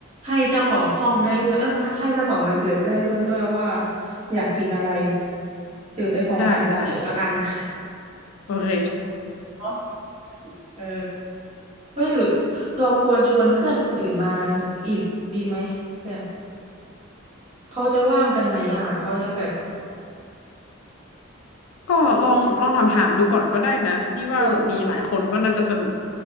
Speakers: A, on the right (about 35°); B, on the left (about 90°).
A: ให้เจ้าของห้องได้เลือกเออไม่ให้เจ้าของวันเกิดได้เลือกด้วยว่าอยากกินอะไรถือเป็นของฝันวันเกิดแล้วกัน
B: ได้ได้
A: <laughs>
B: โอเค
A: เนาะเออเฮ้ยหรือเราควรชวนเพื่อนคนอื่นมาอีกดีไหมแบบเขาจะว่างกันไหมอ่ะเขาจะแบบ
B: <laughs> ก็ลองลองถามถามดูก่อนก็ได้นะนี่ว่าแบบมีหลายคนก็น่าจะสนุก
A: เออ